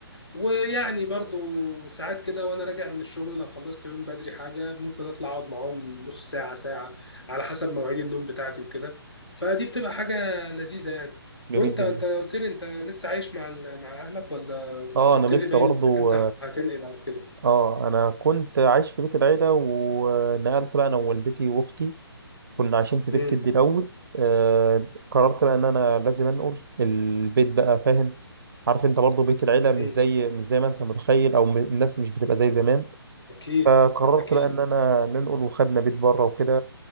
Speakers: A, on the left (about 80°); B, on the right (about 55°).
A: ويعني برضو ساعات كده وانا راجع من الشغل لو خلصت يوم بدري حاجه ممكن اطلع اقعد معاهم نص ساعه ساعه على حسب مواعيد النوم بتاعتي وكده فدي بتبقى حاجه لذيذه يعني
B: جميل
A: وانت
B: جدا
A: انت قلت لي انت لسه عايش مع ال- مع اهلك ولا
B: اه
A: كنت قلت
B: انا لسه
A: لي باين
B: برضو
A: انك انت هتنقل او كده
B: اه انا كنت عايش في بيت العيله ونقلت بقى انا ووالدتي واختي كنا عايشين في بيت
A: امم
B: جدي الاول آه قررت بقى ان انا لازم انقل البيت بقى فاهم عارف انت برضو بيت العيله مش
A: امم
B: زي مش زي ما انت متخيل او م- الناس مش بتبقى زي زمان
A: اكيد
B: فقررت
A: اكيد
B: بقى ان انا ننقل وخدنا بيت بره وكده